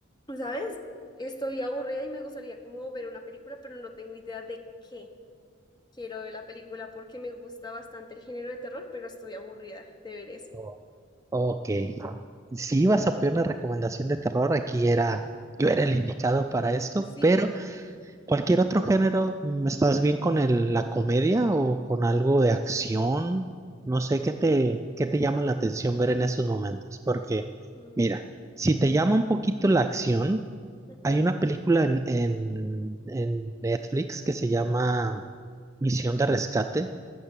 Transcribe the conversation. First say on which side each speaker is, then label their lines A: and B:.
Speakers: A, on the left; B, on the right.
A: ¿Sabes? Estoy aburrida y me gustaría como ver una película, pero no tengo idea de qué quiero ver la película porque me gusta bastante el género de terror, pero estoy aburrida de ver eso.
B: Oh, Ok. Si ibas a pedir una recomendación de terror, aquí era, yo era el indicado para esto,
A: ¿Sí?
B: pero ¿Cualquier otro género? mm, ¿Estás bien con el- la comedia o con algo de acción? No sé qué te, qué te llama la atención ver en esos momentos, porque
A: Mm,
B: mira, si te llama un poquito la acción,
A: ujú,
B: hay una película en, en, en Netflix que se llama Misión de Rescate,